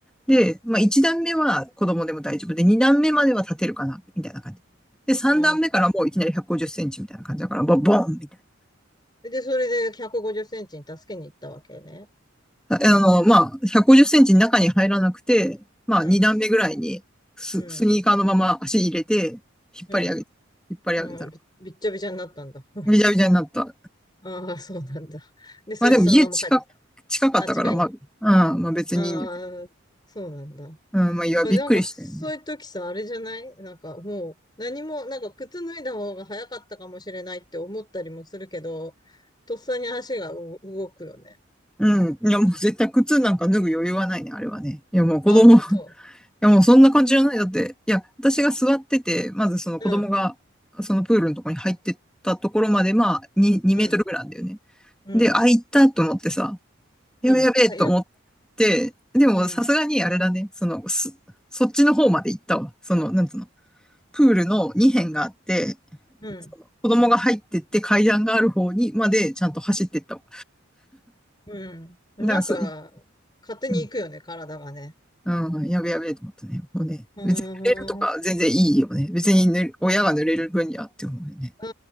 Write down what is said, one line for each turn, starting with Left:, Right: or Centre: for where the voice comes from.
Centre: で、まあ、1段目は子供でも大丈夫で、2段目までは立てるかな、みたいな感じ。で、3段目からもういきなり150センチみたいな感じだから、
Left: あ
Centre: ボボンみたいな。
Left: あ、で、それで150センチに助けに行ったわけね。
Centre: あの、まあ、150センチ中に入らなくて、まあ、
Left: うん、
Centre: 2段目ぐらいにス、
Left: うん、
Centre: スニーカーのまま足入れて、引っ張り上げて、
Left: うん、
Centre: 引っ張り上げたら、
Left: うん、び、びっちゃびちゃになったんだ。<laughs>
Centre: びちゃびちゃになった。
Left: ああ、そうなんだ。で、それでそのまま帰ってきた。
Centre: まあ、でも家近、近かったから、
Left: あ、近いね。
Centre: まあ、うん、まあ別にいいんだけど。
Left: ああ、そうなんだ。ま
Centre: うん、まあ、いや、びっくりしたよね。
Left: あ、なんか、そういう時さ、あれじゃないなんか、もう、何も、なんか、靴脱いだ方が早かったかもしれないって思ったりもするけど、とっさに足がう動くよね。
Centre: うん。いや、もう絶対靴なんか脱ぐ余裕はないね、あれはね。いや、もう子供、
Left: あ、本当。
Centre: <laughs> いや、もうそんな感じじゃない。だって、いや、私が座ってて、まずその子供が、
Left: うん、
Centre: そのプールのとこに入ってったところまで、まあ、2、2メートルぐらいなんだよね。
Left: うん、うん、
Centre: で、あ、行ったと思ってさ、やべやべと思っ
Left: うん。あ、いや、
Centre: て、でもさすがにあれだね、
Left: うん、
Centre: その、すそっちの方まで行ったわ。その、なんつうの、プールの2辺があって、
Left: うん、
Centre: 子供が入ってって階段がある方にまでちゃんと走ってったわ。
Left: うん。なんか、
Centre: だからそ、い
Left: 勝手に行くよね、
Centre: うん、
Left: 体がね。
Centre: うん、やべやべと思ったね。もうね、
Left: うーん。
Centre: 別に濡れるとか全然いいよね。別にぬ親が濡れる分にはって思うよね。
Left: うん、